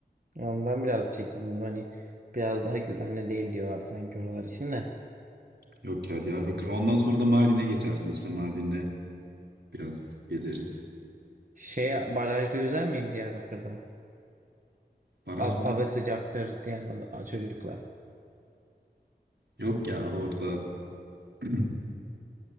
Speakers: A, on the right; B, on the right.
A: Ondan biraz çekindim. Hani biraz daha güvenli değil diyorlar sanki oralar için de.
B: Yok ya Diyarbakır. Ondan sonra da Mardin'e geçersin. İşte Mardin'de biraz gezeriz.
A: Şeye barajda yüzer miyim Diyarbakır'da?
B: Barajlar.
A: Ab abe sıcaktır diyen ad- a- çocukla.
B: Yok ya orada <clears throat>